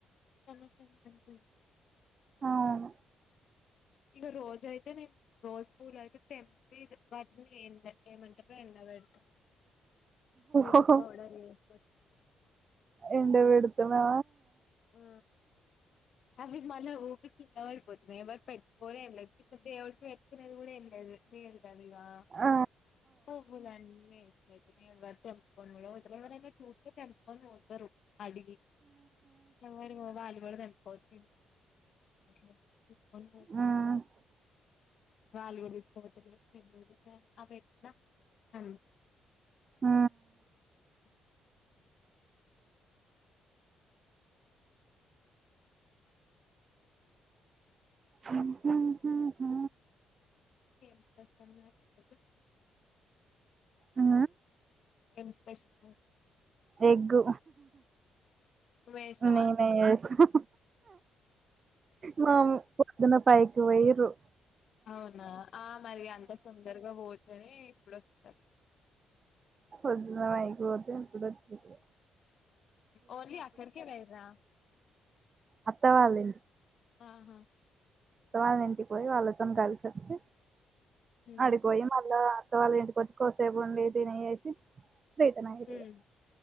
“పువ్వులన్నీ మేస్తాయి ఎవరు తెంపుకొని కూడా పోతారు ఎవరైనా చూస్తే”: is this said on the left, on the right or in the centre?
Left